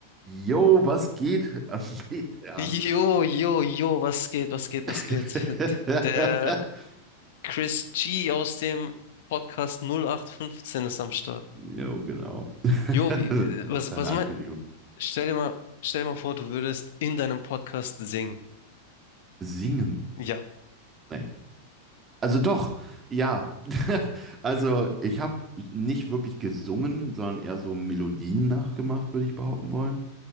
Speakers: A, on the right (about 25°); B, on the left (about 55°).
A: Jo, was geht am Metern?
B: Jo, jo, jo, was geht, was geht, was
A: <laughs>
B: geht? Der Chris G aus dem Podcast null acht fünfzehn ist am Start.
A: Jo, genau. <laughs>
B: Jo, wie-
A: Was
B: was,
A: für
B: was
A: eine Ankündigung.
B: meinst Stell dir mal, stell dir mal vor, du würdest in deinem Podcast singen.
A: Singen?
B: Ja,
A: Nee. Also doch, ja. <laughs> Also ich habe nicht wirklich gesungen, sondern eher so Melodien nachgemacht, würde ich behaupten wollen.